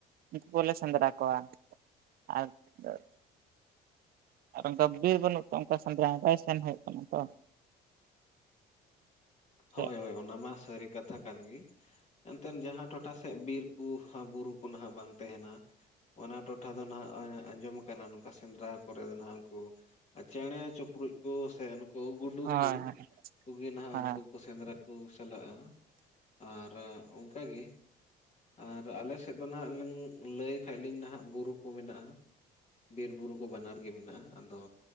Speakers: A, on the right (about 60°); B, on the left (about 40°).
A: ᱩᱱᱠᱩ ᱠᱚᱞᱮ ᱥᱮᱸᱫᱽᱨᱟ ᱠᱚᱣᱟ ᱟ <unintelligible> ᱟᱨ ᱚᱱᱠᱟ ᱜᱤᱫᱽᱨᱟᱹ ᱵᱟᱹᱱᱩᱜ ᱛᱚ ᱚᱱᱠᱟ ᱥᱮᱸᱫᱽᱨᱟ ᱵᱟᱭ ᱥᱮᱱ ᱦᱩᱭᱩᱜ ᱠᱟᱱᱟ ᱛᱚ ᱾
B: ᱦᱚᱭ
A: ᱦᱳᱭ
B: ᱦᱚᱭ ᱚᱱᱟ ᱢᱟ ᱥᱟᱹᱨᱤ ᱠᱟᱛᱷᱟ ᱠᱟᱱ ᱜᱮ ᱾ ᱮᱱᱛᱮᱫ ᱡᱟᱦᱟᱸ ᱴᱚᱴᱷᱟ ᱥᱮᱫ ᱵᱤᱨ ᱠᱚ ᱵᱩᱨᱩ ᱠᱚ ᱱᱟᱜ ᱵᱟᱝ ᱛᱟᱦᱮᱱᱟ, ᱚᱱᱟ ᱴᱚᱴᱷᱟ ᱫᱚ ᱱᱟᱜ ᱟᱸᱡᱚᱢ ᱠᱟᱱᱟ ᱱᱚᱝᱠᱟ ᱥᱮᱸᱫᱽᱨᱟ ᱠᱚᱨᱮ ᱫᱚ ᱱᱟᱜ ᱩᱱᱠᱩᱼᱼᱼ ᱟᱨ ᱪᱮᱬᱮ ᱪᱤᱯᱨᱩᱫ ᱠᱚ ᱥᱮ ᱱᱩᱠᱩ ᱜᱩᱰᱩ
A: ᱦᱳᱭ
B: ᱠᱚ ᱠᱩᱜᱮ ᱱᱟᱜ
A: ᱟᱪᱪᱷᱟ
B: ᱩᱱᱠᱩᱼᱼ ᱥᱮᱸᱫᱽᱨᱟ ᱠᱚ ᱪᱟᱞᱟᱜᱼᱟ ᱟᱨ ᱚᱱᱠᱟ ᱜᱮ ᱾ ᱟᱨ ᱟᱞᱮ ᱥᱮᱫ ᱫᱚ ᱱᱟᱜ ᱞᱝ ᱞᱟᱹᱭ ᱠᱷᱟᱱᱡ ᱞᱤᱧ ᱱᱟᱜ ᱵᱩᱨᱩ ᱠᱚ ᱢᱮᱱᱟᱜᱼᱟ, ᱵᱤᱨ ᱵᱩᱨᱩ ᱠᱚ ᱵᱟᱱᱟᱨ ᱜᱮ ᱢᱮᱱᱟᱜᱼᱟ ᱾ ᱟᱫᱚᱼᱼ